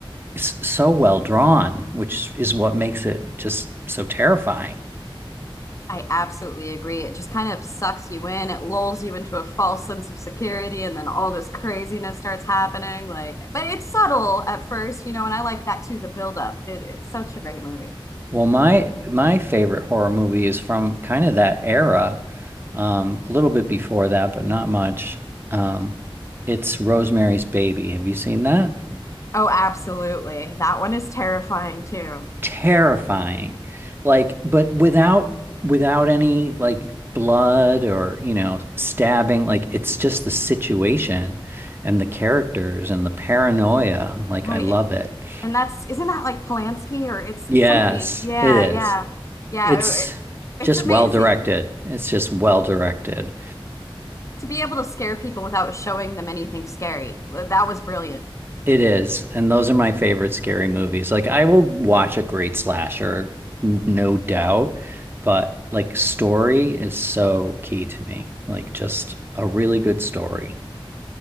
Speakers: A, on the right; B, on the left.
A: s- so well drawn, which is what makes it just so terrifying.
B: I absolutely agree. It just kind of sucks you in. It lulls you into a false sense of security, and then all this craziness starts happening. Like, but it's subtle at first, you know, and I like that too, the buildup. It, it's such a great movie.
A: Well, my my favorite horror movie is from kind of that era, um, a little bit before that, but not much. Um, it's Rosemary's Baby. Have you seen that?
B: Oh, absolutely. That one is terrifying too,
A: Terrifying. Like, but without without any like blood or, you know, stabbing. Like it's just the situation and the characters and the paranoia. Like
B: right?
A: I love it.
B: And that's, isn't that like Polanski or it's
A: Yes,
B: somebody? Yeah,
A: it is.
B: yeah, yeah.
A: It's
B: it- it's
A: just
B: amazing.
A: well directed. It's just well directed.
B: to be able to scare people without showing them anything scary. That was brilliant.
A: It is, and those are my favorite scary movies. Like I will watch a great slasher, n- no doubt, but like story is so key to me. Like just a really good story.